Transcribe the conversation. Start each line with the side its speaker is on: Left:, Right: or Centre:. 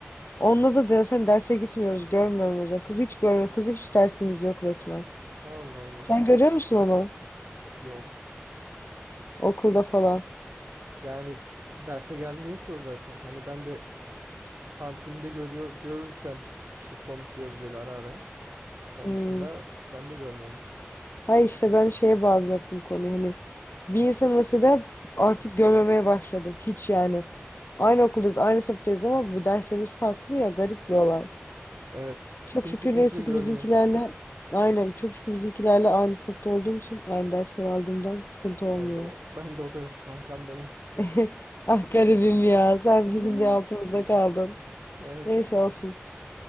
Left: Onunla da zaten derse gitmiyoruz. Görmüyorum o yüzden. Kızı hiç görmüyorum. Kızı hiç dersimiz yok resmen.
Right: Allah Allah.
Left: Sen görüyor musun onu?
Right: Yok.
Left: Okulda falan.
Right: Yani derse gelmiyor ki o zaten. Hani ben de kantinde görüyor, görürsem bir şey konuşuyoruz böyle ara ara. Onun
Left: Hmm.
Right: dışında ben de görmüyorum hiç.
Left: Hayır işte ben şeye bağlayacaktım konuyu hani bir insan mesela artık görmemeye başladım hiç yani. Aynı okuldayız, aynı sınıftayız ama bu derslerimiz farklı ya garip bir olay.
Right: Evet.
Left: Çok
Right: Kimse
Left: şükür
Right: kimseyi
Left: neyse
Right: görmüyor.
Left: ki bizimkilerle aynen çok şükür bizimkilerle aynı sınıfta olduğum için aynı dersleri aldığımdan sıkıntı olmuyor.
Right: Ben de o, ben de o da yok kankam benim.
Left: <laughs> Ah garibim ya sen
Right: Hı hı.
Left: bizim bir altımızda kaldın.
Right: Evet.
Left: Neyse olsun.